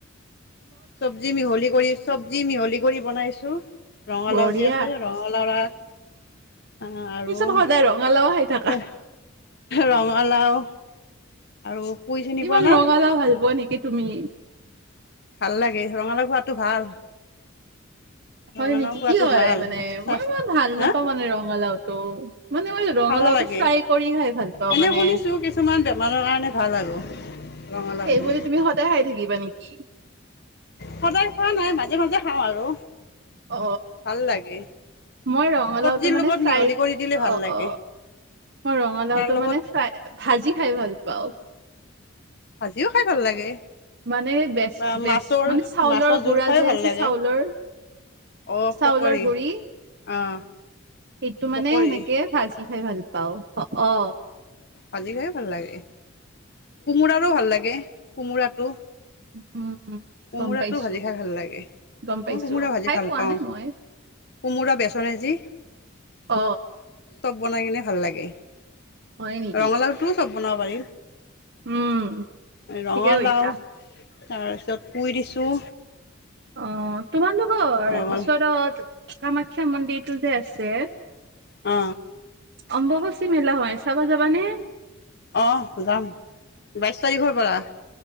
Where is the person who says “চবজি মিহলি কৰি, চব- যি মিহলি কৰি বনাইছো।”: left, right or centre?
Left